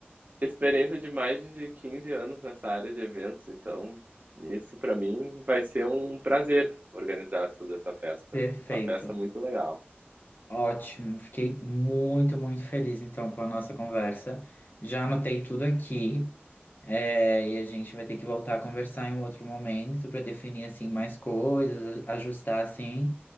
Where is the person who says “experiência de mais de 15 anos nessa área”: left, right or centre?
Right